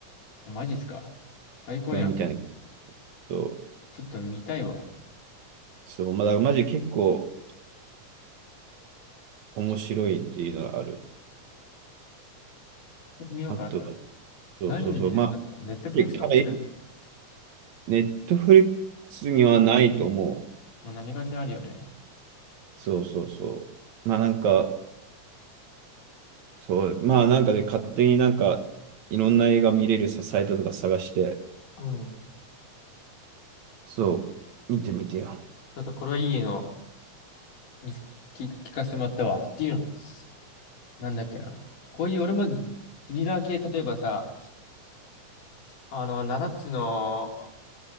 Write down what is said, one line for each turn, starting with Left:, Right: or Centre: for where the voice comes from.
Left: あマジっすか。最高やん。
Right: みたいなことを
Left: ちょっと見たいわ。
Right: そう、まあ、だからマジ結構面白いっていうのがある。
Left: 僕見ようかな。
Right: あとは、
Left: これ
Right: そうそうそう。
Left: 何で見れるんだったらネットフリックス載ってる
Right: まあ、彼、ネットフリックスにはないと思う。
Left: もう何かしらあるよね。
Right: そうそうそう。まあなんか、そう、まあなんかで勝手になんか、いろんな映画見れるさ、サイトとか探して、
Left: うん。ち
Right: そう、見てみてよ。
Left: ょっとこれはいいの見つ聞、聞かせてもらったわ。っていうのも、なんだっけな。こういう俺もスリラー系、例えばさ、あの、7つの